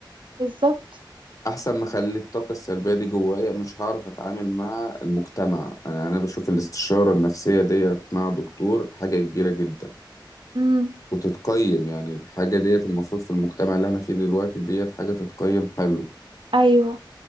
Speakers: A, on the right (about 80°); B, on the left (about 45°).
A: بالظبط
B: احسن ما اخلي الطاقه السلبيه دي جوايا مش هعرف اتعامل مع المجتمع انا انا بشوف الاستشاره النفسيه ديت مع دكتور حاجه كبيره جدا
A: امم
B: وتتقيم يعني الحاجه ديت المفروض في المجتمع اللي احنا فيه دلوقتي ديت حاجه تتقيم حلو
A: ايوه